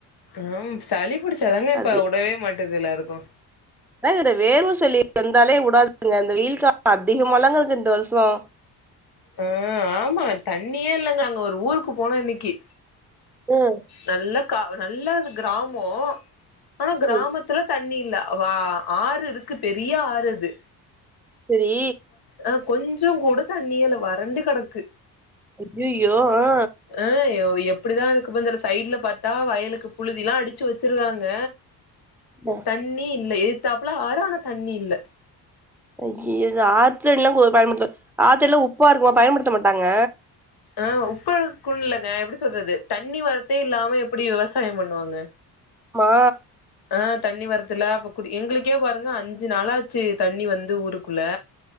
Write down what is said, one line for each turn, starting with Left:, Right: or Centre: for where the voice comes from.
Left: ஆஹம் சளி புடிச்சாதாங்க இப்ப
Centre: அது
Left: உடவே மாட்டது எல்லாருக்கு
Centre: ஆ இதுல வேர்வ சளி வந்தாலே உடாதுங்க இந்த வெயில் காலோ அதிகமால்லங்க இருக்கு இந்த வருஷோ
Left: ஆ ஆமா தண்ணியே இல்லங்க அங்க ஒரு ஊருக்கு போனா இன்னைக்கு
Centre: ம்
Left: நல்ல கா நல்ல கிராமோ ஆனா கிராமத்து
Centre: ம்
Left: த்துல தண்ணி இல்ல வா ஆறு இருக்கு பெரிய ஆறு அது
Centre: செரி
Left: ஆ கொஞ்சோ கூட தண்ணியே இல்ல வறண்டு கெடக்கு
Centre: ஐயயோ ஆ
Left: அ யோ எப்புடிதா இருக்கபோர்ந்தெர்ல சைடுல பாத்தா வய்லுக்கு புழுதிலா அடிச்சு வச்சிருகாங்க
Centre: மா
Left: தண்ணி இல்ல எட்த்தாப்ல ஆறு ஆனா தண்ணி இல்ல
Centre: ஐயிய இது ஆத்தண்லா கோ பயன்பட்த்த ஆத்தண்லா உப்பா இருக்குமா பயன்படுத்த மாட்டாங்க
Left: ஆ உப்பா இருக்குன் இல்லங்க எப்டி சொல்றது தண்ணி வர்த்தே இல்லாம எப்படி விவசாயம் பண்ணுவாங்க
Centre: மா
Left: ஆ தண்ணி வர்துல அப்ப குடி எங்குளுக்கே பாருங்க அஞ்சு நாளாச்சு தண்ணி வந்து ஊருக்குள்ள